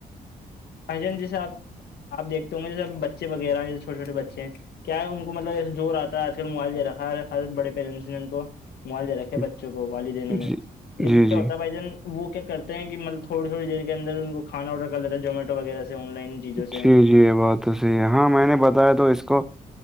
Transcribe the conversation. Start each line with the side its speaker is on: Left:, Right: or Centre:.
Left: بھ جان جیے آپ دیکھتے ہ گے جیسےب بچے وغیرہ جس چھوٹے چھوٹے بچے ہیں کیا ان کو مطلب زور آتا ہے آج کل موبائل د را ہے ہر بڑے پیرنٹس نے ان کو موبائل دے رکھے ہے
Centre: جی
Left: بچے بچوں کو والد انہوں
Centre: جی
Left: نے لیکن کیا
Centre: جی
Left: ہوتا بھائی جان وہ کیا کرتے ہیں کہطلب تھوڑی تھوڑی دیر کے اندر ان کو کھانا آڈر کر لیتا ہے جوومیٹ وغیرہ سے آن لائن چیزوں
Centre: جی
Left: سے
Centre: جی یہ بات تو صحیح ہے ہاں میں نے بتایا تو اس کو